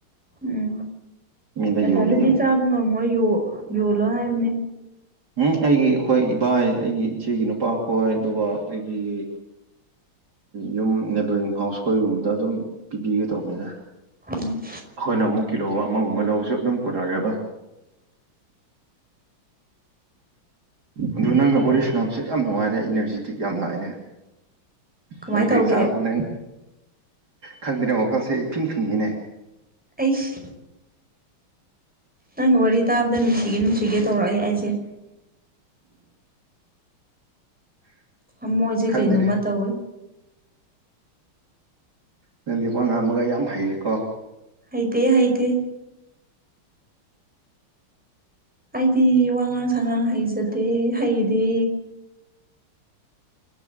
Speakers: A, in the centre; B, on the right (about 50°).
A: ꯎꯝ
B: ꯃꯤꯗ
A: ꯅꯊꯟꯗꯗꯤ
B: ꯌꯣꯜꯂꯗꯤ ꯑꯃꯨꯛ
A: ꯆꯥꯕ ꯉꯝꯃꯣꯏ ꯌꯣꯜꯂꯣ ꯍꯥꯏꯕꯅꯦ
B: ꯎꯝ ꯑꯩꯒꯤ ꯑꯩꯈꯣꯏ ꯏꯕꯥꯏ ꯑꯩꯒꯤ ꯏꯆꯦꯒꯤ ꯅꯨꯄꯥ ꯈꯣꯏ ꯑꯗꯨꯒ ꯑꯩꯒꯤ ꯌꯨꯝ ꯅꯦꯕꯔꯤꯡ ꯍꯥꯎꯁ ꯈꯣꯏꯒꯨꯝꯕꯗ ꯑꯗꯨꯝ ꯄꯤꯕꯤꯒꯦ ꯇꯧꯕꯅꯤꯗ
A: ꯎꯝ
B: ꯑꯩꯈꯣꯏꯅ ꯑꯃꯨꯛ ꯀꯤꯂꯣ ꯑꯃꯒꯨꯝꯕ ꯂꯧꯕꯁꯨ ꯑꯗꯨꯝ ꯀꯣꯟꯅꯔꯦꯕ ꯑꯗꯨ ꯅꯪꯒ ꯋꯥꯔꯤ ꯁꯥꯟꯅꯕꯁꯦ ꯌꯥꯝ ꯅꯨꯡꯉꯥꯏꯅꯦ ꯏꯅꯔꯖꯤꯇꯤꯛ ꯌꯥꯝ ꯂꯥꯛꯑꯦꯅꯦ
A: ꯀꯃꯥꯏꯅ
B: ꯅꯪ ꯀꯩ
A: ꯇꯧꯒꯦ
B: ꯆꯥ ꯅꯪ ꯈꯪꯗꯦꯅꯦ ꯋꯥꯈꯜꯁꯦ ꯏꯐꯤꯡ ꯐꯤꯡꯉꯤꯅꯦ
A: ꯑꯩꯁ ꯅꯪ ꯋꯥꯔꯤ ꯇꯥꯕꯗ ꯅꯨꯡꯁꯤꯒꯦ ꯅꯨꯡꯁꯤꯒꯦ ꯇꯧꯔꯛꯑꯦ ꯑꯩꯁꯦ ꯊꯃꯣꯏꯖꯦ
B: ꯈꯪꯗꯦꯅꯦ
A: ꯀꯩꯅꯣꯝꯃ ꯇꯧꯋꯤ
B: ꯅꯪꯗꯤ ꯋꯥ ꯉꯥꯡꯕꯒ ꯌꯥꯝ ꯍꯩꯔꯦꯀꯣ
A: ꯍꯩꯇꯦ ꯍꯩꯇꯦ ꯑꯩꯗꯤ ꯋꯥꯉꯥꯡ ꯁꯉꯥꯡ ꯍꯩꯖꯗꯦ ꯍꯩꯗꯦ